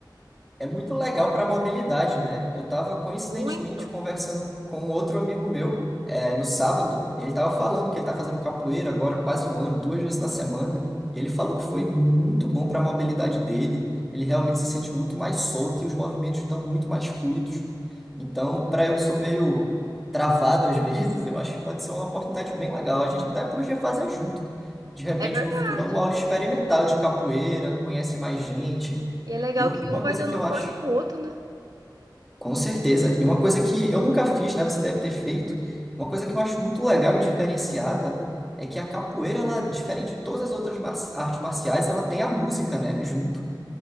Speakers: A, in the centre; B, on the right.
A: É muito legal para mobilidade, né? Eu estava coincidentemente
B: Muito.
A: conversando com outro amigo meu é, no sábado, e ele estava falando que ele está fazendo capoeira agora há quase um ano, duas vezes na semana, e ele falou que foi muito bom para a mobilidade dele. Ele realmente se sente muito mais solto e os movimentos estão muito mais fluidos. Então, para eu que sou meio travado às <laughs> vezes, eu acho que pode ser uma oportunidade bem legal. A gente até podia fazer junto. De repente,
B: É verdade.
A: no futuro, alguma aula experimental de capoeira, conhece mais gente.
B: E é legal
A: E eu,
B: que
A: uma
B: um vai
A: coisa
B: dando
A: que eu
B: força
A: acho
B: pro outro, né?
A: com certeza. E uma coisa que eu nunca fiz, né? Você deve ter feito. Uma coisa que eu acho muito legal e diferenciada é que a capoeira, ela, diferente de todas as outras mar- artes marciais, ela tem a música, né? Junto.